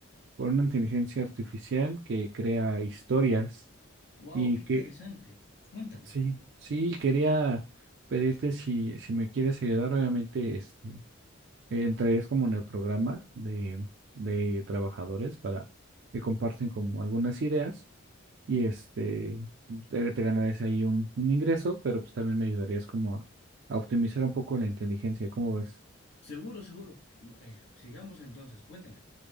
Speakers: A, on the right; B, on the left.
A: por una inteligencia artificial que crea historias
B: Wow,
A: y
B: qué
A: que
B: interesante. Cuéntame.
A: sí, sí, quería pedirte si, si me quieres ayudar, obviamente, este, eh, entrarías como en el programa de, de trabajadores para que comparten como algunas ideas y este te, te ganarías ahí un, un ingreso, pero pues también me ayudarías como a, a optimizar un poco la inteligencia, ¿cómo ves?
B: Seguro, seguro. Eh, sigamos entonces. Cuéntame.